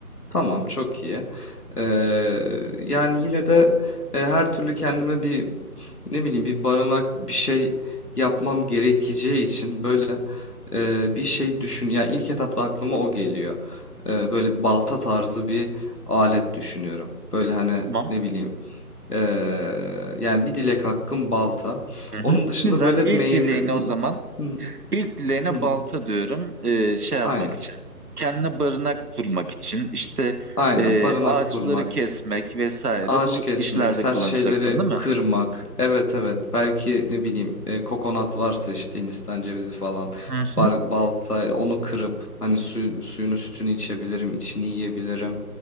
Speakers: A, on the left; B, on the right.
A: Tamam, çok iyi. Eee, yani yine de e, her türlü kendime bir ne bileyim bir barınak bir şey yapmam gerekeceği için böyle e, bir şey düşün. Yani ilk etapta aklıma o geliyor. Eee, böyle balta tarzı bir alet düşünüyorum. Böyle hani
B: Tamam.
A: ne bileyim eee, yani bir dilek hakkım balta.
B: Hı hı.
A: Onun dışında
B: Güzel.
A: böyle
B: İlk
A: meyve
B: dileğine o zaman.
A: Hı,
B: İlk dileğine
A: hı, hı.
B: balta diyorum. Ee, şey yapmak
A: aynen
B: için. Kendine barınak kurmak için. İşte
A: aynen
B: e,
A: barınak
B: ağaçları
A: kurmak.
B: kesmek vesaire.
A: Ağaç
B: Bu
A: kesmek,
B: işlerde
A: sert
B: kullanacaksın
A: şeyleri
B: değil mi?
A: kırmak. Evet evet. Belki ne bileyim e, kokonat varsa işte Hindistan cevizi falan.
B: Hı hı.
A: Bar, balta onu kırıp hani suyu, suyunu sütünü içebilirim, içini yiyebilirim.